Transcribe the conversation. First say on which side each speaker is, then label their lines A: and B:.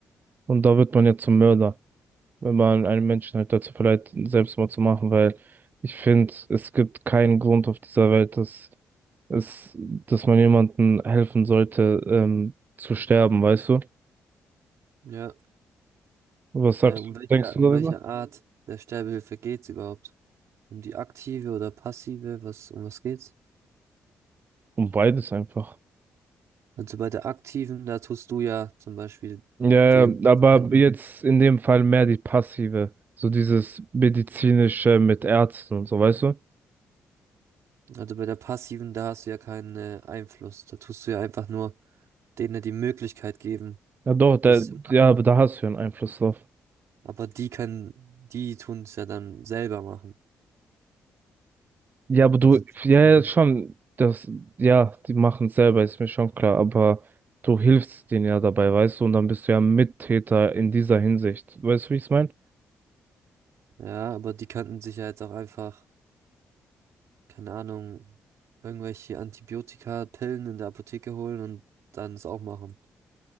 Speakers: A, on the right; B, on the right.
A: Und da wird man ja zum Mörder, wenn man einem Menschen halt dazu verleiht, Selbstmord zu machen, weil ich finde, es gibt keinen Grund auf dieser Welt, dass es, dass man jemandem helfen sollte, ähm, zu sterben, weißt du?
B: Ja,
A: Was sagst
B: äh, um
A: du,
B: welche,
A: denkst du
B: um
A: darüber?
B: welche Art der Sterbehilfe geht's überhaupt? Um die aktive oder passive? Was, um was geht's?
A: Um beides einfach.
B: Also bei der aktiven, da tust du ja zum Beispiel
A: Ja,
B: dem
A: ja,
B: Patienten,
A: aber jetzt in dem Fall mehr die passive, so dieses medizinische mit Ärzten und so, weißt du?
B: also bei der passiven, da hast du ja keinen äh, Einfluss. Da tust du ja einfach nur denen die Möglichkeit geben,
A: Ja, doch, da,
B: das zu machen.
A: ja, aber da hast du ja einen Einfluss drauf.
B: Aber die können, die tun es ja dann selber machen.
A: Ja, aber du,
B: Also die
A: ja,
B: tun,
A: ja, schon, das, ja, die machen es selber, ist mir schon klar, aber du hilfst denen ja dabei, weißt du, und dann bist du ja Mittäter in dieser Hinsicht. Weißt du, wie ich es meine?
B: ja, aber die könnten sich ja jetzt auch einfach, keine Ahnung, irgendwelche Antibiotika, Pillen in der Apotheke holen und dann es auch machen.